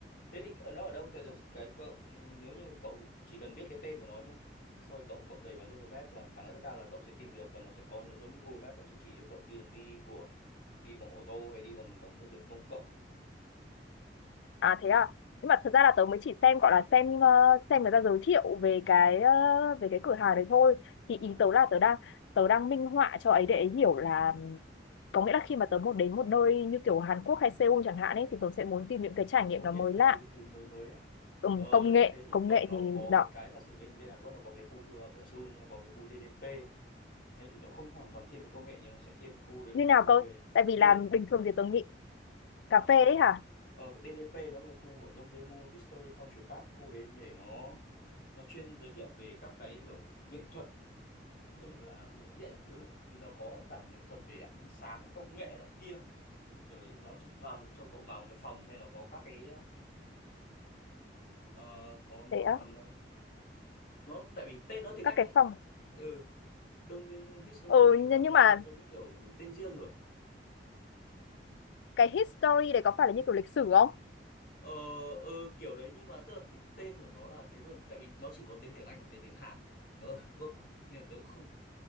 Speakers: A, on the left; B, on the left.
A: thế thì nó ở đâu tại giờ cái cậu ừ, nếu như mà cậu chỉ cần biết cái tên của nó nhé xong rồi cậu cậu đẩy vào Naver Map là khả năng rất cao là cậu sẽ tìm được và nó sẽ có nó giống như Google Maps nó sẽ chỉ cho cậu đường đi của đi bằng ô tô hay đi bằng bằng phương tiện công cộng
B: à thế à nhưng mà thật ra là tớ mới chỉ xem gọi là xem ờ, xem người ta giới thiệu về cái ờ, về cái cửa hàng này thôi
A: à.
B: thì ý tớ là tớ đang tớ đang minh họa cho ấy để ấy hiểu là có nghĩa là khi mà tớ muốn đến một nơi như kiểu Hàn Quốc hay Seoul chẳng hạn ấy thì tớ sẽ muốn tìm những cái trải nghiệm
A: công
B: nó
A: nghệ
B: mới
A: các
B: lạ
A: thứ thứ mới mới á
B: ừ,
A: ờ,
B: công
A: nếu
B: nghệ
A: thế thì
B: công
A: bọn
B: nghệ
A: nó
B: thì
A: có
B: đó
A: mấy cái giả sử bên bên Hàn Quốc nó có cái khu ờ, ở Seoul nó có cái khu DDP đấy thì nó không hoàn toàn thiên về công nghệ nhưng nó sẽ thiên khu đấy là
B: như
A: khu
B: nào cơ
A: về
B: tại vì
A: DD
B: là bình thường thì tớ nghĩ
A: ờ,
B: cà phê ấy hả
A: ờ, DDP nó là khu ở Dongdaemun History Cultural Park khu đấy để nó nó chuyên giới thiệu về các cái kiểu nghệ thuật rồi là biểu diễn các thứ thì nó có cả nghệ thuật về ánh sáng công nghệ nọ kia kiểu như nó cho- vào cho cậu vào một cái phòng xem nó có các cái ờ, có nó
B: thế á
A: còn nói nó tại vì tên nó tiếng
B: các
A: Anh
B: cái
A: ấy
B: phòng
A: ừ Đông Tây Moon Historical
B: Ừ
A: Park
B: nhưng nhưng
A: nó
B: mà
A: nó giống như kiểu tên riêng rồi
B: cái history đấy có phải là như kiểu lịch sử không?
A: ờ ờ, kiểu đấy nhưng mà tức là cái tên của nó là thế luôn tại vì nó chỉ có tên tiếng Anh và tên tiếng Hàn nó ở Hàn Quốc mà nên là tớ cũng không